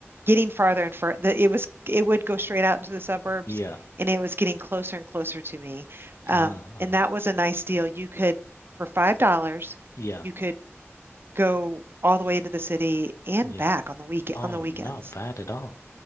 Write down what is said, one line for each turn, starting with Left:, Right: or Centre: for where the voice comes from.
Right: getting farther and farther. It was it would go straight out into the suburbs,
Left: Yeah.
Right: and it was getting closer and closer to me. Um,
Left: Ah, uh-huh.
Right: and that was a nice deal. You could for five dollars,
Left: Yeah.
Right: you could go all the way into the city and
Left: Yeah.
Right: back on the week
Left: Oh,
Right: on the weekends.
Left: not bad at all.